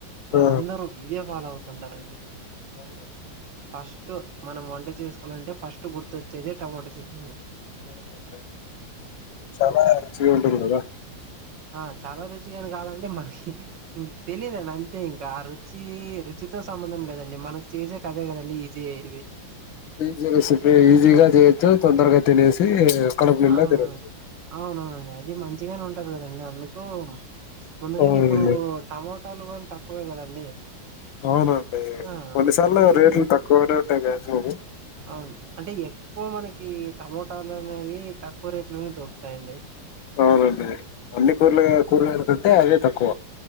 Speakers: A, on the right; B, on the left.
A: వాళ్ళ
B: ఆ
A: అందరు ఇదే ఫాల్ అవుతు ఉండాలండి
B: పోగురుదు
A: ఫస్ట్ మనం వంట చేసుకోవాలంటే ఫస్ట్ గుర్తొచ్చేది టమోటా చెట్న
B: ఎందుకంటే చాలా రుచిగా ఉంటది కదా
A: ఆ చాలా రుచిగాని కాదండి మరి ఇంక తెలీదండి అంతే ఇంకా రు చి రుచితో సంబంధం దండి మనకి చేసే కదే కదా అ ఈజీ ఇవి
B: ఈజీ రెసిపీ ఈజిగా చేచ్చు తొందరగా తినసి కడపు
A: అవును
B: ని తెరచ్చదు
A: అవునవునండి అది మంచిగానే ఉంటది కదండి అందుకు ముందుగాని
B: అవునండి
A: ఇప్పుడు టమో చట్టాలు కానీ తక్కువే కదండి
B: అవునండి
A: ఆ
B: కొన్నిసార్లు
A: అలా అయి
B: రేట్లు తక్కువ కాంగ్రాట్స్ అండి
A: వు అంటే ఎక్కువ మనకి టమోటాలు అనేవి తక్కువ రేట్లోనే దొకుతాయిండి
B: అవునండి అన్ని కూరలుగా కూరగాలు క అ అదే తక్కువ